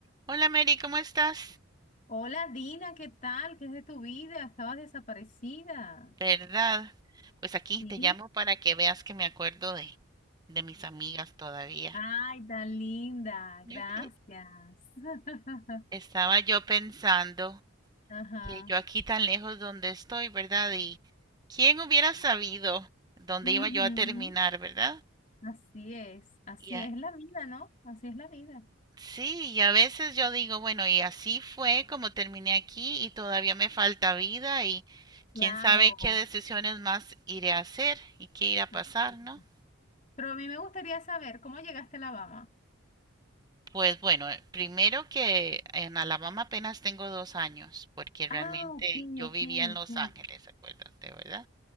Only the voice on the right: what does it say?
Hola Mary, ¿cómo estás?
¿Verdad? Pues aquí
te llamo para que veas que me acuerdo de, de mis amigas todavía.
<laughs>
Estaba yo pensando
que yo aquí tan lejos donde estoy, ¿verdad? Y quién hubiera sabido dónde
iba yo a terminar, ¿verdad?
Y a-
sí, y a veces yo digo, bueno, y así fue como terminé aquí y todavía me falta vida y
quién sabe qué decisiones más iré a hacer y qué irá a
pasar, ¿no?
Pues bueno, primero que en Alabama apenas tengo dos años, porque realmente
yo
vivía en Los
Ángeles, acuérdate, ¿verdad?